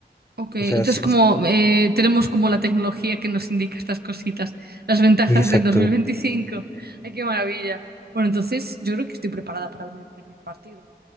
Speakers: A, on the right; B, on the left.
A: Ok, entonces
B: O sea, sí,
A: como eh, tenemos como la tecnología que nos indica estas cositas, las ventajas
B: Exacto,
A: del 2025. Ay, qué maravilla. Bueno, entonces yo creo que estoy preparada para ver mi primer partido, ¿no?